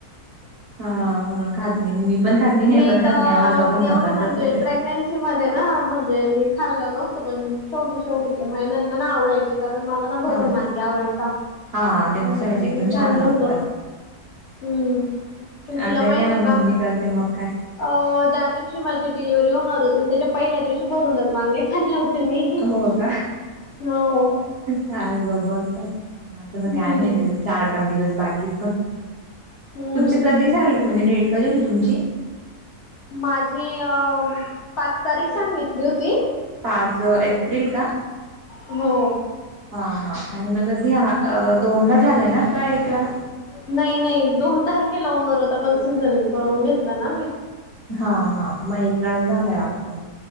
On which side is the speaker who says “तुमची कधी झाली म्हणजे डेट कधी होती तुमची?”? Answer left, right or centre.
Right